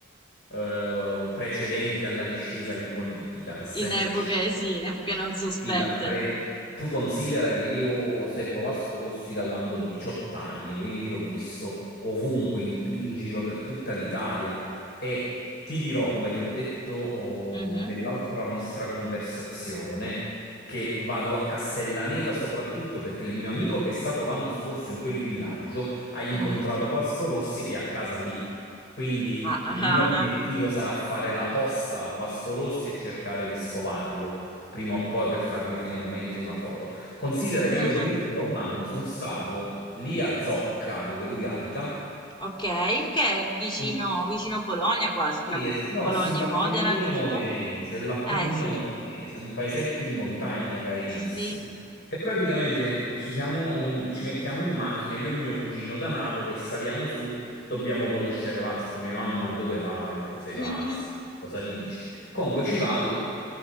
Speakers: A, on the left; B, on the left.
A: eh, precedenti alla discesa in politica, l'ha sempre
B: In epoche,
A: citato.
B: sì, in epoche non sospette.
A: Sì, la pre- Tu considera che io seguo Vasco Rossi da quando ho 18 anni, quindi l'ho visto ovunque, in, tu- in giro per tutta l'Italia. E ti dirò, come ti ho detto oh,
B: Mhm,
A: nell'altra nostra conversazione, che vado a Castellaneta soprattutto perché il mio amico che è stato l'anno scorso in quel villaggio ha incontrato
B: mhm.
A: Vasco Rossi che è a casa lì. Quindi
B: Ah, ah,
A: il
B: ah,
A: mio obiettivo
B: ah.
A: sarà fare la posta a Vasco Rossi e cercare di scovarlo prima o poi per farmi finalmente una foto. Considera
B: <laughs>
A: che io addirittura un anno sono stato lì a Zocca, dove lui abita,
B: Ok, che è vicino,
A: Com-
B: vicino Bologna quasi, tra
A: Sì, è- no,
B: Bologna
A: è sull'Appennino
B: e Modena, giusto?
A: modenese, l'Appennino
B: Eh sì,
A: modenese, un paesetto in montagna carinissimo.
B: sì, sì.
A: E praticamente eh, ci siamo, um, ci mettiamo in macchina, io e mio cugino da Napoli e saliamo su, dobbiamo conoscere Vasco. Mia mamma, ma dove vai? Ma tu sei
B: Mhm,
A: pazzo,
B: mhm,
A: che cosa dici? Comunque ci vado